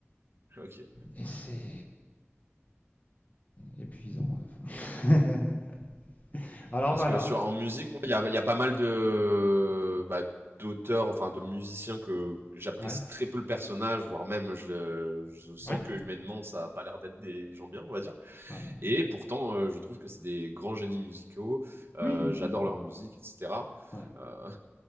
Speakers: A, on the right; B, on the left.
A: OK.
B: et c'est épuisant à la fin. <laughs> Alors
A: Parce
B: voilà.
A: que sur en musique, moi, il y a, il y a pas mal de bah, d'auteurs, enfin de musiciens que j'apprécie
B: Ouais.
A: très peu le personnage, voire même je, je sens
B: Oui?
A: que humainement ça a pas l'air d'être des gens bien, on va dire.
B: Ouais.
A: Et pourtant, euh, je trouve que c'est des grands génies musicaux. euh,
B: Oui, oui,
A: j'adore
B: oui.
A: leur musique, etc.
B: Ouais.
A: Euh,